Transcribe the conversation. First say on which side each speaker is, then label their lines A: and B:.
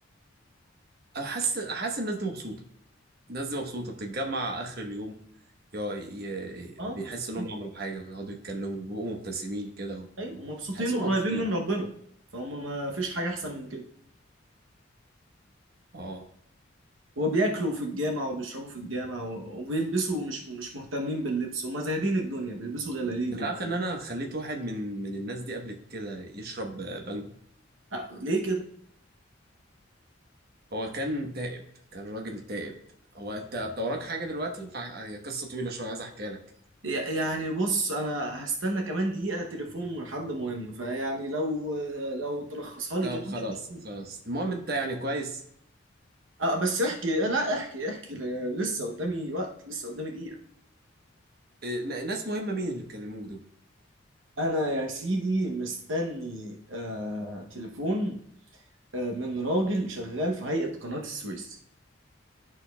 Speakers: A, on the right; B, on the right.
A: انا حاسس حاسس الناس دي مبسوطه الناس دي مبسوطه بتتجمع اخر اليوم يا- ي-
B: اه
A: بيحسوا
B: مبسوطين
A: انهم عملوا حاجه ويقعدوا يتكلموا وبيبقوا مبتسمين كده
B: ايوه مبسوطين
A: وحاسوا
B: وقريبين
A: مبسوطين
B: من ربنا فهم ما فيش حاجة أحسن من كده
A: اه
B: وبياكلوا في الجامع وبيشربوا في الجامع و- وبيلبسوا مش مش مهتمين باللبس وما زاهدين الدنيا بيلبسوا جلاليبو
A: انت عارف ان انا خليت واحد من من الناس دي قبل كده يشرب بانجو
B: أ- ليه كده
A: هو كان تائب كان راجل تائب هو انت انت وراك حاجه دلوقتي ينفع- هي قصه طويله شويه عايز احكيها لك
B: ي- يعني بص انا هستنى كمان دقيقة تليفون من حد مهم فيعني لو لو تلخصها لي
A: طب
B: كده
A: خلاص
B: مش مشكلة
A: خلاص المهم انت يعني كويس
B: أه بس احكي لا احكي احكي لسه قدامي وقت لسه قدامي دقيقة
A: إيه، ن- ناس مهمه مين اللي بيكلموك دول
B: انا يا سيدي مستني آه تليفون آه من راجل شغال في هيئة قناة السويس